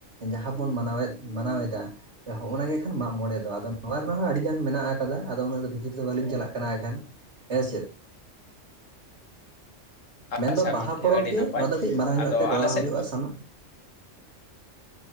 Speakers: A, on the right (about 55°); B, on the left (about 75°).
A: ᱡᱟᱦᱟ ᱵᱚᱱ ᱢᱟᱱᱟᱣᱮᱫ, ᱢᱟᱱᱟᱣ ᱮᱫᱟ ᱦᱚᱸᱜ-ᱚᱱᱟ ᱜᱮ ᱠᱷᱟᱱ ᱢᱟᱜ ᱢᱚᱸᱬᱮ ᱫᱚ᱾ ᱟᱫᱚ ᱱᱚᱣᱟ ᱨᱮᱱᱟᱜ ᱦᱚᱸ ᱟᱹᱰᱤ ᱜᱟᱱ ᱢᱮᱱᱟᱜ ᱠᱟᱫᱟ ᱟᱫᱚ ᱩᱱᱟᱹᱜ ᱫᱚ ᱵᱷᱤᱛᱤᱨ ᱫᱚ ᱵᱟᱹᱞᱤᱧ ᱪᱟᱞᱟᱜ ᱠᱟᱱᱟ ᱦᱟᱸᱜ ᱠᱷᱟᱱ ᱦᱮᱸ ᱪᱮᱫ? ᱢᱮᱱᱫᱚ
B: ᱟᱪᱪᱷᱟ
A: ᱵᱟᱦᱟ
B: ᱜᱚᱝᱠᱮ
A: ᱯᱚᱨᱚᱵᱽ
B: ᱟᱹᱰᱤ
A: ᱜᱮ,
B: ᱱᱟᱯᱟᱭ
A: ᱱᱚᱣᱟ ᱫᱚ ᱠᱟᱹᱡ ᱢᱟᱨᱟᱝ ᱧᱚᱜ
B: ᱟᱫᱚ
A: ᱛᱮ ᱠᱚᱨᱟᱣ
B: ᱟᱞᱮ ᱥᱮᱫ
A: ᱦᱳᱭᱳᱜ-ᱟ᱾ ᱥᱟᱱᱟ